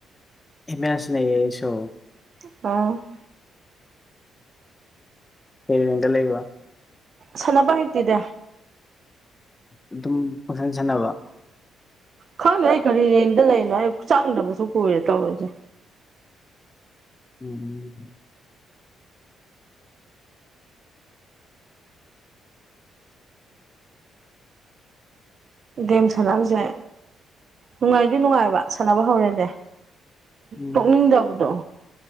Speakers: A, on the left; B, on the right.
A: ꯑꯦꯃꯦꯜ ꯁꯥꯅꯩꯌꯦ ꯑꯩꯁꯨ
B: <unintelligible>
A: ꯍ ꯌꯦꯒ ꯂꯩ ꯋꯥ
B: ꯁꯅꯅꯕ ꯍꯩꯇꯦꯗ
A: ꯑꯗꯨꯝ ꯄꯪꯁꯟ ꯁꯥꯟꯅꯕ
B: ꯈꯪꯗꯦ ꯑꯩ ꯈꯔꯤ ꯔꯡꯗ ꯂꯩꯔꯤꯅꯣ ꯑꯩ ꯆꯪꯗꯕꯁꯨ ꯀꯨꯏꯔꯦ ꯇꯧꯔꯤꯁꯦ
A: ꯎꯝ
B: ꯒꯦꯝ ꯁꯥꯟꯅꯕꯅꯕꯁꯦ ꯑ ꯅꯨꯡꯉꯥꯏꯔꯗꯤ ꯅꯨꯡꯉꯥꯏꯕ ꯁꯥꯟꯅꯕ ꯍꯧꯔꯦꯅꯦ
A: ꯎꯝ
B: ꯇꯣꯛꯅꯤꯡꯗꯕꯗꯣ